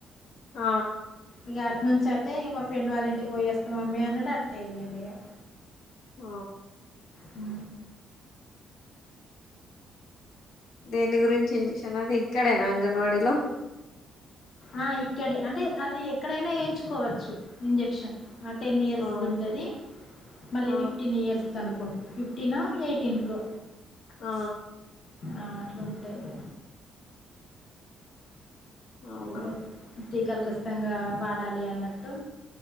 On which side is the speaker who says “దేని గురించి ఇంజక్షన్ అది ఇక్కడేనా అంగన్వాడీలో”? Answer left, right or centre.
Left